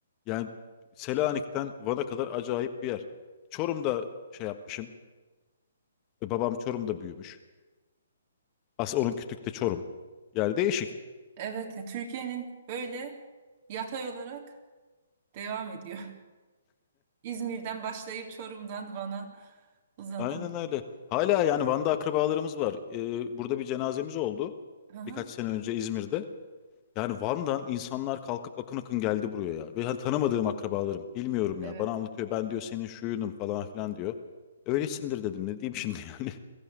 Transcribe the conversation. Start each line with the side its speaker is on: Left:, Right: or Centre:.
Left: Yani Selanik'ten Van'a kadar acayip bir yer. Çorum'da şey yapmışım. E, babam Çorum'da büyümüş. Aslında onun kütük de Çorum. Yani değişik.
Right: Evet ya Türkiye'nin böyle yatay olarak devam ediyor. <laughs> İzmir'den başlayıp Çorum'dan Van'a uzanan.
Left: Aynen öyle. Hala yani Van'da akrabalarımız var. Ee, burada bir cenazemiz oldu.
Right: hı hı.
Left: Birkaç sene önce İzmir'de. Yani Van'dan insanlar kalkıp akın akın geldi buraya ya. Ve hani tanımadığım akrabalarım. Bilmiyorum
Right: evet.
Left: ya. Bana anlatıyor. Ben diyor senin şuyunum falan filan diyor. Öylesindir dedim. Ne diyeyim şimdi <laughs> yani.